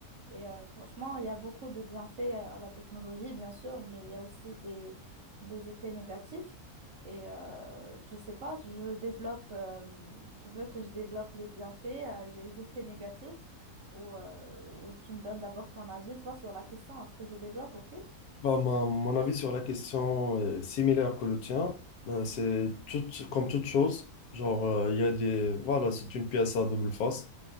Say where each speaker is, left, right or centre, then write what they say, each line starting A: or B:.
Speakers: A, on the right (about 50°); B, on the left (about 80°).
A: Et euh, franchement, il y a beaucoup de bienfaits à la technologie, bien sûr, mais il y a aussi des, des effets négatifs. Et euh, je sais pas, je développe, euh, tu veux que je développe les bienfaits, euh, les effets négatifs, ou, euh, ou tu me donnes d'abord ton avis, toi, sur la question, après je développe, ok?
B: Bah, ma- mon avis sur la question est similaire que le tien. Euh, c'est tout, comme toute chose. Genre, euh, il y a des. Voilà, c'est une pièce à double face.